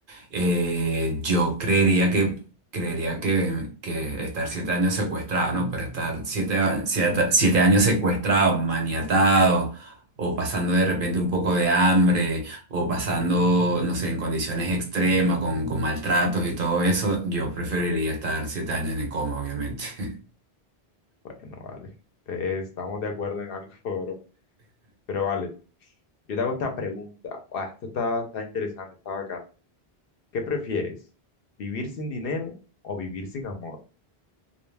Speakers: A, on the right; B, on the left.
A: eh, yo creería que Creería que, que estar siete años secuestrado, ¿no? Pero estar siete, a- siete, siete años secuestrado, maniatado, o pasando de repente un poco de hambre, o pasando, no sé, en condiciones extremas, con, con maltratos y todo eso, yo preferiría estar siete años en coma, obviamente. <laughs>
B: Bueno, vale, Entonces, estamos de acuerdo en algo, <laughs> bro. Pero vale, yo te hago esta pregunta, ah, esto está, está interesante, está bacano. ¿Qué prefieres? ¿Vivir sin dinero o vivir sin amor?